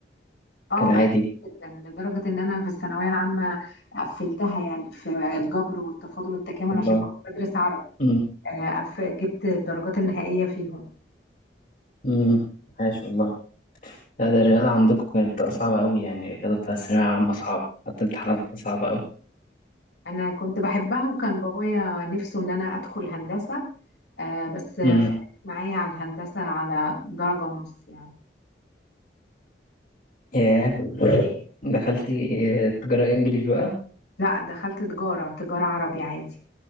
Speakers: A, on the left; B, on the left.
A: أه
B: كان
A: بحب
B: عادي؟
A: جدا لدرجة إن أنا في الثانوية العامة قفلتها يعني في الجبر والتفاضل والتكامل
B: والله
A: عشان كنت بدرس عربي
B: أمم،
A: آه قف- جبت الدرجات النهائية فيهم
B: أمم، عاش والله لا ده الرياضة عندكم كانت صعبة قوي يعني الرياضة بتاع الثانوية العامة صعبة حتى امتحاناتها صعبة قوي
A: أنا كنت بحبها وكان بابايا نفسه إن أنا أدخل هندسة آه بس فرقت
B: أمم،
A: معايا على الهندسة على درجة ونص يعني
B: ياه دخلتي آه، تجارة إنجليش بقى؟
A: لا دخلت تجارة تجارة عربي عادي